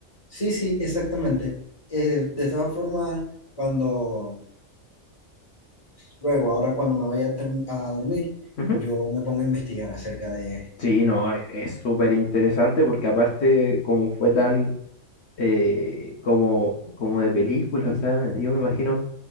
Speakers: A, on the left; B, on the left.
A: Sí, sí, exactamente. Eh, de todas formas, cuando Luego, ahora cuando me vaya a, term- a dormir,
B: Ujú.
A: yo me pongo a investigar acerca de,
B: Sí, no, es es súper interesante porque aparte como fue tan eh, como, como de película, o sea, yo me imagino,